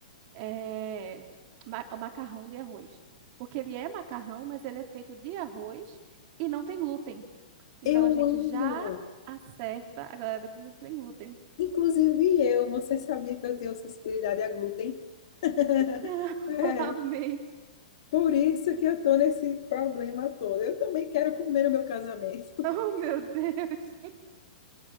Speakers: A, on the right (about 30°); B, on the left (about 45°).
A: é, ma- macarrão de arroz. Porque ele é macarrão, mas ele é feito de arroz e não tem glúten. Então
B: Eu
A: a gente
B: amo.
A: já acerta a galera que não tem glúten.
B: Inclusive eu, você sabia que eu tenho sensibilidade a glúten? <laughs>
A: <laughs>
B: É
A: Lamento.
B: Por isso que eu estou nesse problema todo. Eu também quero comer no meu casamento.
A: Oh, meu Deus.